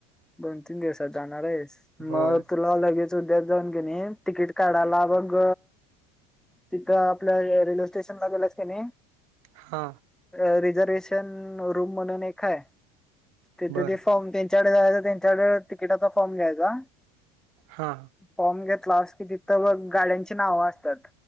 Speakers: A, in the centre; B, on the right.
A: दोन तीन दिवसात जाणार आहेस
B: होय.
A: मग तुला लगेच उद्या जाऊन कणी तिकीट काढाला बघ. तिथं आपल्या रेल्वे स्टेशन ला गेलाच का नाही.
B: हा.
A: अ रिझर्वेशन रूम म्हणून एक आहे. तिथ
B: बरं.
A: ते फॉर्म त्यांच्याकडे जायच त्यांच्याकडे तिकिटाचा फॉर्म घ्यायचा.
B: हा.
A: फॉर्म घेतला कि तिथं गाड्यांची नावं असतात.